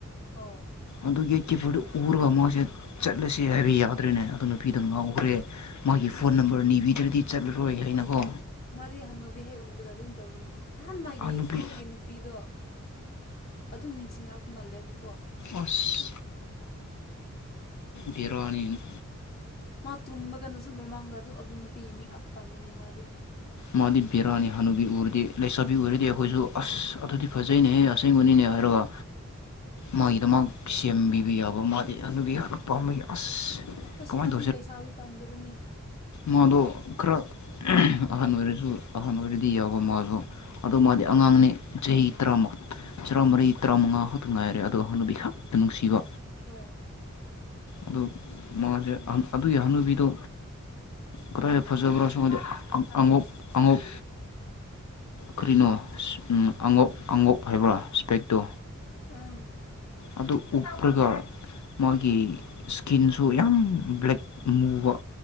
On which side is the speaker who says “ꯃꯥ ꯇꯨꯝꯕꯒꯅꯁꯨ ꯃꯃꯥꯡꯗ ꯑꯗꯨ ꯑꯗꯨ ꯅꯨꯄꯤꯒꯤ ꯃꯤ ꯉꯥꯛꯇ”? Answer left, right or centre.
Left